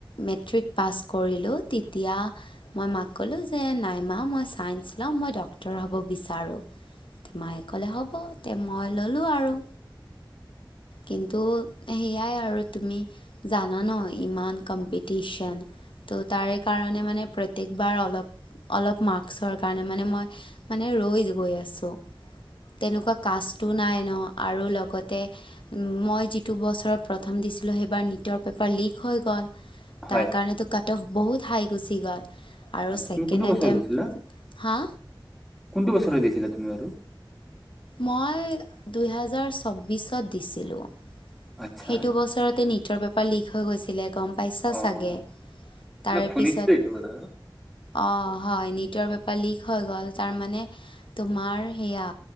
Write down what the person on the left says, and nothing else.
মেট্ৰিক পাছ কৰিলোঁ তেতিয়া মই মাকলো যে নাই মা মই ছাইন্স ল'ম মই ডক্তৰ হ'ব বিচাৰোঁ মায়ে ক'লে হ'ব মই ললো আৰু কিন্তু সেয়াই আৰু তুমি জানা ন ইমান কম্পিটিশ্যন ত' তাৰে কাৰণে মানে প্ৰত্যেকবাৰ অলপ অলপ মাক কাৰে মানে মই মানে ৰৈ গৈ আছো তেনেকুৱা কাছ টো নাই আৰু লগতে মই যিটো বছৰত প্ৰথম দিছিলোঁ সেইবাৰ নীটৰ পেপাৰ লিক হৈ গ'ল
তাৰ কাৰণ তো কাট অফ বহুত হাই গুচি গ'ল আৰু ছেকেণ্ড
এটেম্প
হা
মই দুহেজাৰ চৌবিশত দিছিলোঁ।
সেইটো বছৰতে নিটৰ পেপাৰ লীক হৈ গৈছিলে। গম পাইছ
চাগে তাৰে
পিছত
অঁ। হয় নেটৰ বেপাৰ লিক হৈ গ'ল তাৰমানে তোমাৰ সেয়া